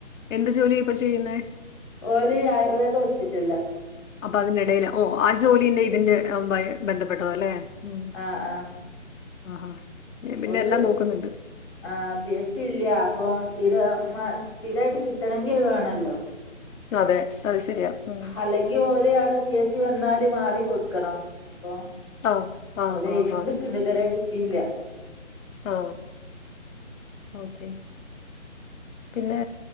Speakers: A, on the left; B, on the left.
A: എന്ത് ജോലിയ ഇപ്പ ചെയ്യുന്നെ
B: ഓല് ആയുർവേദ ഹോസ്പിറ്റൽല്ല
A: അപ്പൊ അതിന്റെ എടേല് ഓ ആ ജോലീന്റെ ഇതിന്റെ ബ ബന്ധപ്പെട്ടത ല്ലെ ഉം
B: ആഹ് ആഹ്
A: ആഹാ ഞാൻ പിന്നെ
B: ഓള്
A: എല്ലാം നോക്കുന്നുണ്ട്
B: ആ പി എസ് സി ഇല്ല അപ്പൊ സ്ഥിരമാ സ്ഥിരായിട്ട് കിട്ടണങ്കി അത് വേണല്ലോ
A: അതെ അത് ശരിയാ ഉം.
B: അല്ലെങ്കി ഓല് അവ്ടെ പി എസ് സി വന്നാല് മാറി കൊട്ക്കണം അപ്പൊ
A: ആ ആ
B: ഓല്
A: ആ
B: എയ്തിക്കെണ്ട്ക്ക്ണ്ട്
A: ആ
B: ഇതു വരെ കിട്ടീല്ല
A: ആ ഓക്കെ പിന്നെ